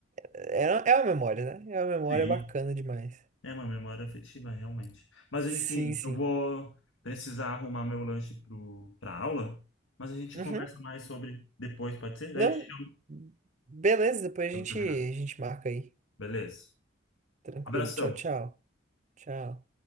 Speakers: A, on the right; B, on the left.
A: era, é uma memória, né? É uma memória
B: Sim.
A: bacana demais.
B: É uma memória afetiva, realmente. Mas
A: Sim,
B: enfim,
A: sim.
B: eu vou precisar arrumar meu lanche pro, pra aula, mas a gente
A: Uhum.
B: conversa mais sobre depois, pode ser? Daí
A: Não,
B: eu te chamo
A: beleza, depois
B: quando
A: a gente,
B: eu terminar.
A: a gente marca aí.
B: Beleza.
A: Tranquilo.
B: Abração.
A: Tchau, tchau. Tchau.